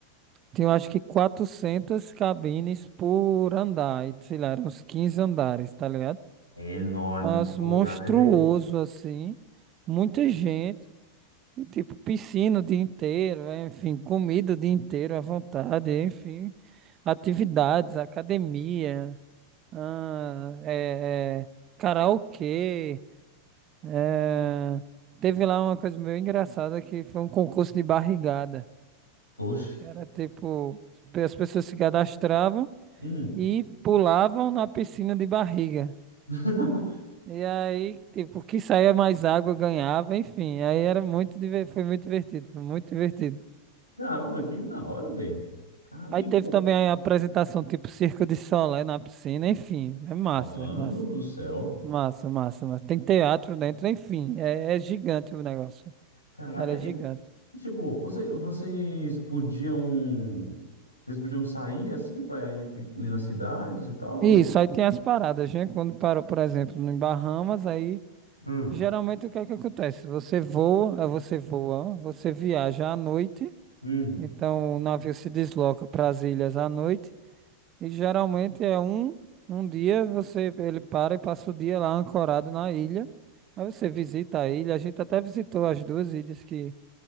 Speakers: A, on the right; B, on the left.
A: tem eu acho que 400 cabines por andar, e, sei lá, eram uns 15 andares, tá ligado?
B: É enorme
A: As
B: o
A: monstruoso,
B: lugar, né, velho?
A: assim, muita gente, e, tipo, piscina o dia inteiro, é, enfim, comida o dia inteiro à vontade, enfim, atividades, academia, ah, é, é, karaokê. É, Teve lá uma coisa meio engraçada que foi um concurso de barrigada,
B: Oxe.
A: que era tipo, as pessoas se cadastravam
B: Hum.
A: e pulavam na piscina de barriga.
B: <laughs>
A: E aí, tipo, que saía mais água ganhava, enfim. Aí era muito, diver- foi muito divertido, foi muito divertido.
B: Caramba, que da hora, velho. Cara,
A: Aí
B: e,
A: teve
B: tipo,
A: também a apresentação tipo Circo de Solé na piscina, enfim, é massa,
B: mano
A: é massa,
B: do céu.
A: massa, massa, massa. Tem teatro dentro, enfim, é, é gigante o negócio.
B: Caraca,
A: Era gigante.
B: e, e, tipo, você- vocês podiam. Vocês podiam sair assim pra ir pra- ir nas cidades e tal,
A: Isso,
B: ou não?
A: aí tem as paradas, né? Quando parou, por exemplo, em Bahamas, aí
B: Hum.
A: geralmente o que é que acontece? Você voa, eh, você voa, você viaja à noite,
B: Hum.
A: então o navio se desloca para as ilhas à noite, e geralmente é um, um dia você ele para e passa o dia lá ancorado na ilha. Aí você visita a ilha, a gente até visitou as duas ilhas que,